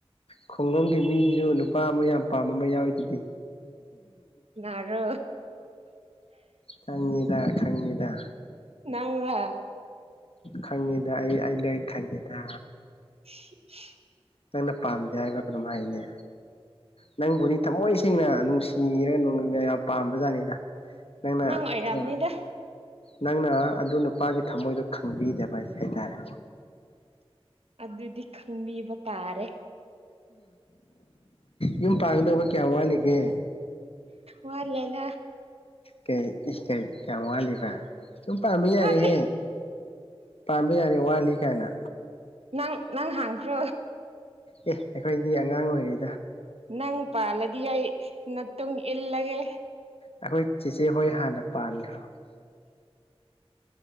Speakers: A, on the left; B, on the right.
A: ꯈꯨꯡꯒꯪꯒꯤ ꯃꯤꯁꯨ ꯅꯨꯄꯥ ꯑꯃ ꯌꯥꯝ ꯄꯥꯝꯕ ꯑꯃ ꯌꯥꯎꯔꯤꯗꯨꯗꯤ
B: ꯀꯅꯥꯔꯣ
A: ꯈꯪꯉꯤꯗ ꯈꯪꯉꯤꯗ
B: ꯅꯪꯔꯥ
A: ꯈꯪꯉꯤꯗ ꯑꯩ ꯑꯩ ꯂꯣꯏ ꯈꯪꯉꯤꯗ
B: <inaudible>
A: ꯅꯪꯅ ꯄꯥꯝꯗꯦ ꯍꯥꯏꯕ ꯀꯔꯥꯝ ꯍꯥꯏꯅꯤ ꯅꯪꯕꯨꯗꯤ ꯊꯃꯣꯏ ꯁꯦꯡꯅ ꯅꯨꯡꯁꯤꯔꯒ ꯌꯥꯝ ꯄꯥꯝꯕ ꯖꯥꯠꯅꯤꯗ ꯅꯪꯅ
B: ꯅꯪ ꯑꯣꯏꯔꯝꯅꯤꯗ
A: ꯊꯣꯡ ꯅꯪꯅ ꯑꯗꯨ ꯅꯨꯄꯥꯒꯤ ꯊꯝꯃꯣꯏꯗꯣ ꯈꯪꯕꯤꯗꯕ ꯍꯥꯏꯁꯦ ꯍꯥꯏꯇꯥꯔꯦ
B: ꯑꯗꯨꯗꯤ ꯈꯪꯕꯤꯕ ꯇꯥꯔꯦ
A: ꯌꯨꯝ ꯄꯥꯡꯒꯗꯕ ꯀꯌꯥꯝ ꯋꯥꯠꯂꯤꯒꯦ
B: ꯋꯥꯠꯂꯤꯗ
A: ꯀꯩ ꯀꯩ ꯌꯥꯝ ꯋꯥꯠꯂꯤꯕ ꯌꯨꯝ ꯄꯥꯟꯕꯤꯕ ꯌꯥꯔꯦꯍꯦ
B: ꯋꯥꯠꯂꯤ
A: ꯄꯥꯟꯕ ꯌꯥꯔꯦ ꯋꯥꯠꯂꯤ ꯀꯥꯏꯅ
B: ꯅꯪ ꯅꯪ ꯍꯥꯟꯈ꯭ꯔꯣ
A: ꯑꯦ ꯑꯩꯈꯣꯏꯗꯤ ꯑꯉꯥꯡ ꯑꯣꯏꯔꯤ
B: ꯅꯪ ꯄꯥꯜꯂꯗꯤ ꯅꯇꯨꯡ ꯏꯜꯂꯒꯦ
A: ꯑꯩꯈꯣꯏ ꯆꯦꯆꯦ ꯍꯣꯏ ꯍꯥꯟꯅ ꯄꯥꯟꯈ꯭ꯔꯣ